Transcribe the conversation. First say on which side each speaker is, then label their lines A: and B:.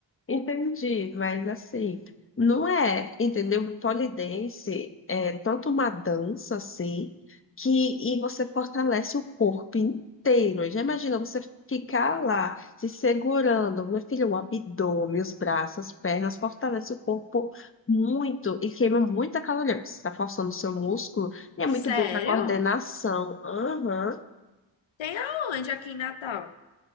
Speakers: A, on the left; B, on the left.
A: Entendi, mas assim, não é, entendeu? Um Polidense é tanto uma dança assim, que e você fortalece o corpo inteiro. Já imagina você ficar lá se segurando, meu filho, o abdômen, os braços, as pernas, fortalece o corpo muito e queima muita caloria. porque Você está forçando o seu músculo e é
B: Sério?
A: muito bom para coordenação. Aham.
B: Tem aonde aqui em Natal?